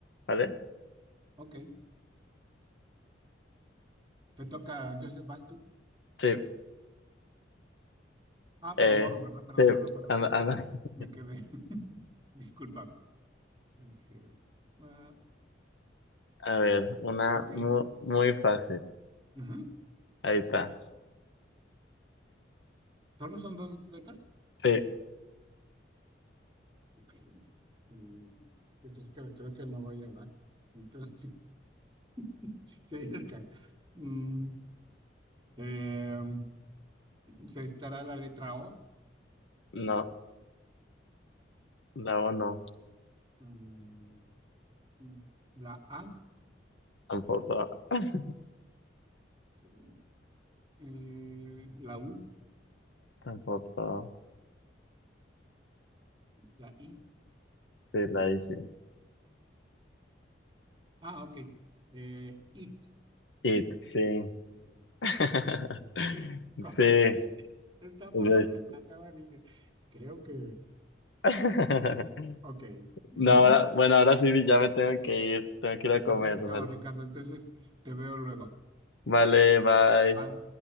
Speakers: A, on the left (about 70°); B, on the right (about 25°).
A: ¿vale?
B: ok. Te toca, entonces vas tú.
A: Sí,
B: Ah,
A: eh,
B: lo borro, ¿verdad? Perdón,
A: sí,
B: perdón, perdón.
A: anda, anda. <laughs>
B: Me quedé. <laughs> Discúlpame. Dije, ah,
A: A ver, una
B: ok.
A: muy, muy fácil,
B: Ujú.
A: ahí está,
B: ¿Solo son dos letras?
A: sí,
B: Ok. Mm, entonces creo, creo que no voy a dar. Entonces, <laughs> sí, sí, es que, mm, eh, se estará la letra O,
A: no, la O no,
B: mm, mm, la A,
A: tampoco, <laughs>
B: ok. eh, la U,
A: tampoco,
B: la I.
A: sí, la I sí,
B: Ah, ok. Eh, IT.
A: it, sí,
B: ok, <laughs>
A: <laughs>
B: Sí, como
A: sí,
B: dije, está por
A: sí.
B: más que me acaba, dije, creo que.
A: <laughs>
B: Ok. Ujú.
A: No, ahora- bueno, ahora sí ya me tengo que ir, tengo que ir a comer,
B: Perfecto,
A: ¿vale?
B: Ricardo. Entonces te veo luego.
A: Vale, bye.
B: Bye.